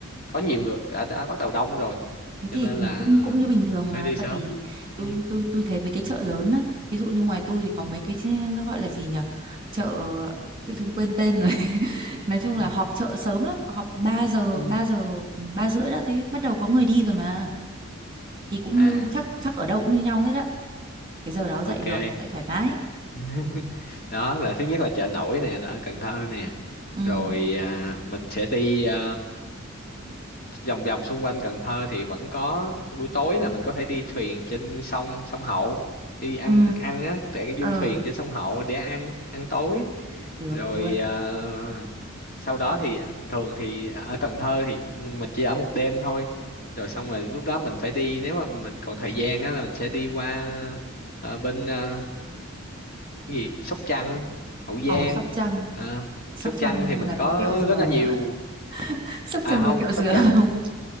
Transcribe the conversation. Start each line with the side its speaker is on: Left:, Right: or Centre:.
Left: có nhiều người đã, đã bắt đầu đông rồi
Right: Thế
Left: cho
Right: thì
Left: nên là
Right: cũng cũng như bình thường mà
Left: phải đi sớm
Right: tại vì tôi
Left: ừ,
Right: tôi tôi thấy mấy cái chợ lớn á, ví dụ như ngoài tôi thì có mấy cái ch- nó gọi là gì nhỉ? Chợ tự dưng quên tên rồi. <laughs> Nói chung
Left: ừ,
Right: là họp chợ sớm lắm, họp 3 giờ,
Left: ừ.
Right: ba giờ, 3 rưỡi đã thấy bắt đầu có người đi rồi mà. Thì cũng
Left: à
Right: như chắc chắc ở đâu cũng như nhau hết á. Cái giờ đó dậy
Left: ok
Right: được, dậy thoải mái.
Left: <laughs> đó là thứ nhất là chợ nổi nè là ở Cần Thơ nè
Right: Ừ.
Left: rồi à, mình sẽ đi à, vòng vòng xung quanh Cần Thơ thì vẫn có buổi tối là mình có thể đi thuyền trên sông sông Hậu đi ăn
Right: Ừ.
Left: ăn á tại cái du
Right: Ừ,
Left: thuyền trên sông Hậu để ăn ăn tối
Right: được
Left: rồi
Right: luôn.
Left: à, sau đó thì thường thì ở Cần Thơ thì mình chỉ ở một đêm thôi rồi xong rồi lúc đó mình phải đi nếu mà mình còn thời gian á là mình sẽ đi qua ờ, bên ờ, cái gì Sóc Trăng Hậu Giang
Right: Ờ, Sóc Trăng,
Left: à,
Right: Sóc
Left: Sóc
Right: Trăng
Left: Trăng thì mình
Right: là
Left: có
Right: có kẹo dừa.
Left: rất là nhiều
Right: <laughs> Sóc
Left: à
Right: Trăng
Left: không
Right: có kẹo
Left: Sóc
Right: dừa
Left: Trăng
Right: <laughs>